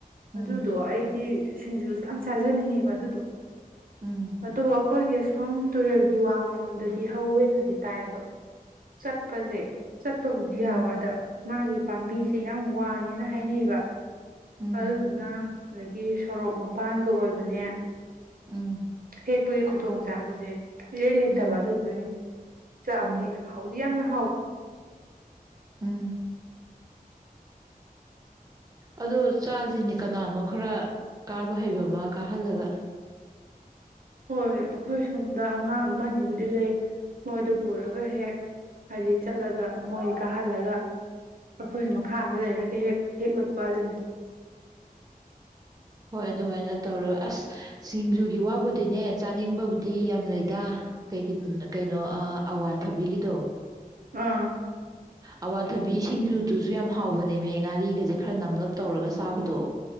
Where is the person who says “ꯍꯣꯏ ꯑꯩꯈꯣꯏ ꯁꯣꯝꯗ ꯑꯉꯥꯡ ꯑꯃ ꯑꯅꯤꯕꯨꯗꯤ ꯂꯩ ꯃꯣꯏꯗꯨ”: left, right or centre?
Right